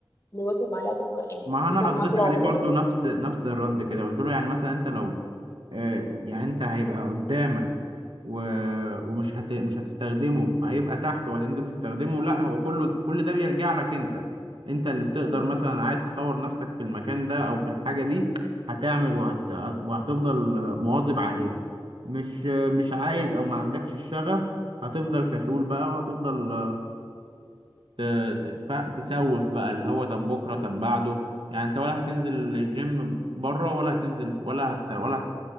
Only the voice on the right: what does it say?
ما انا
رديت
عليه
برضو نفس نفس الرد كده قلت له يعني مثلا انت لو آه، يعني انت هيبقى قدامك و... ومش هت... مش هتستخدمه هيبقى تحت وهتنزل تستخدمه لا هو كله كل ده بيرجع لك انت انت اللي بتقدر
مثلا عايز تطور نفسك في المكان ده او في الحاجة دي هتعمل وهت... وهتفضل مواظب عليها مش مش عايز او ما عندكش الشغف هتفضل كسول بقى وهتفضل ت- تف- تسوف بقى اللي هو طب بكره طب بعده يعني انت ولا هتنزل الجيم بره ولا هتنزل ولا هت ولا هت